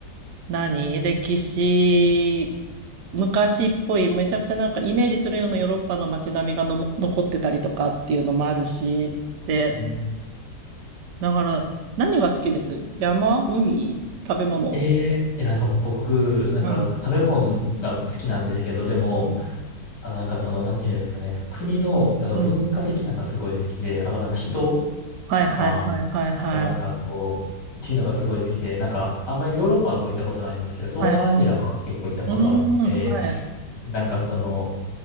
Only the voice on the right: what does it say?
何歴史、昔っぽい、めちゃくちゃなんかイメージするようなヨーロッパの街並みがのも残ってたりとかっていうのもあるし、で、
だから、何が好きです山、海、食べ物。
うん、
うん、
うん。
はいはいはいはいはい。
はい。うーん、はい。